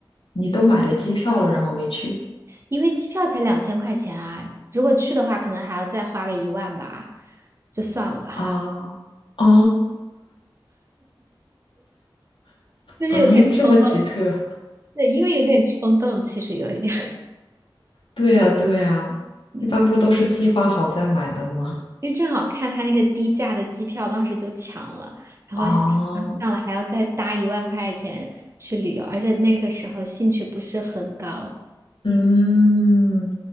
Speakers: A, on the left; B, on the right.
A: 你都买了机票了，然后没去
B: 因为机票才两千块钱啊，如果去的话，可能还要再花个一万吧，就算了吧。
A: 啊？啊，
B: 就是有点冲动，
A: 嗯，这么奇特。
B: 对，因为有点冲动，其实有一点，
A: 对呀，对呀，
B: 嗯，
A: 一般不都是计划好再买的吗？
B: 因为正好看他那个低价的机票，当时就抢了，然后想算了，
A: 啊？
B: 还要再搭一万块钱去旅游，而且那个时候兴趣不是很高。
A: 嗯，